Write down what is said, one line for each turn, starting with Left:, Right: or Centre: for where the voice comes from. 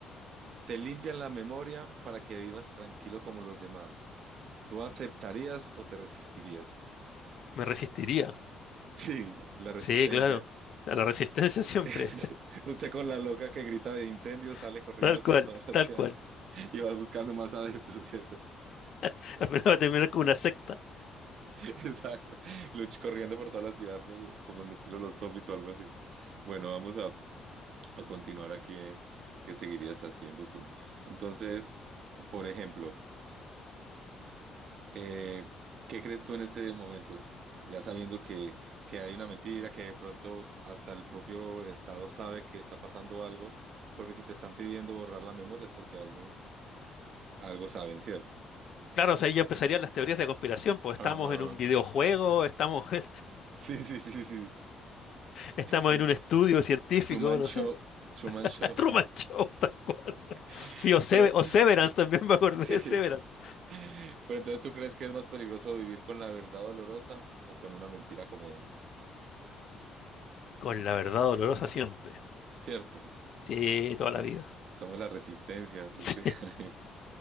Right: Te limpian la memoria para que vivas tranquilo como los demás. ¿Tú aceptarías o te resistirías? <laughs>
Left: Me resistiría.
Right: Sí, la resistencia.
Left: Sí, claro. A la resistencia siempre.
Right: <laughs> Usted con la loca que grita de incendio sale
Left: <laughs>
Right: corriendo
Left: Tal cual,
Right: por toda la
Left: tal
Right: ciudad
Left: cual.
Right: <laughs> y vas buscando más adeptos, ¿cierto?
Left: <laughs> Al final va a terminar con una secta.
Right: <laughs> Exacto. Luch- corriendo por toda la ciudad, rollo, como en estilo los zombies o algo así. Bueno, vamos a, a continuar aquí. eh, ¿Qué seguirías haciendo tú? Entonces, por ejemplo, eh, ¿qué crees tú en este momento? Ya sabiendo que, que hay una mentira, que de pronto hasta el propio Estado sabe que está pasando algo, porque si te están pidiendo borrar la memoria es porque algo Algo saben, ¿cierto?
Left: Claro, o sea, ahí ya empezarían las teorías de conspiración, pues
Right: Ajá.
Left: estamos en un videojuego,
Right: <laughs>
Left: estamos, <laughs>
Right: Sí, sí, sí, sí.
Left: estamos
Right: El
Left: en un estudio científico,
Right: Truman
Left: no
Right: Show.
Left: sé.
Right: Truman
Left: <laughs>
Right: Show.
Left: Truman Show, tal cual.
Right: <laughs>
Left: Sí, o, Sever-
Right: Pero, <laughs>
Left: o Severance, también <laughs> me acordé
Right: sí.
Left: de Severance.
Right: Pero entonces, ¿tú crees que es más peligroso vivir con la verdad dolorosa o con una mentira cómoda?
Left: Con la verdad dolorosa siempre.
Right: Cierto.
Left: Sí, toda la vida. <laughs>
Right: Somos la resistencia, así
Left: Sí,
Right: es que... <laughs>